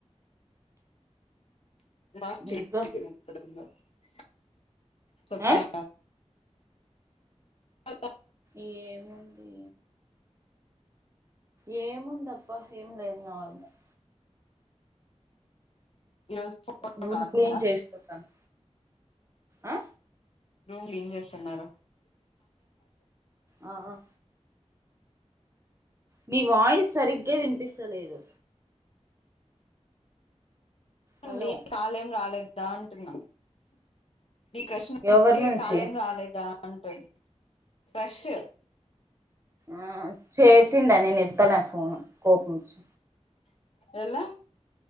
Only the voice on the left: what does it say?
<inaudible>
చప్పులా
అ
ఈ రోజు
రాలేదా
రూమ్ క్లీన్ చేస్తున్నారు
అండి
కాలేదు కాలేదు దా అంటున్నా నీ క్రష్ ని అడిగితే
కాలేదాదా అంటుంది ఫ్రెష్
ఎలా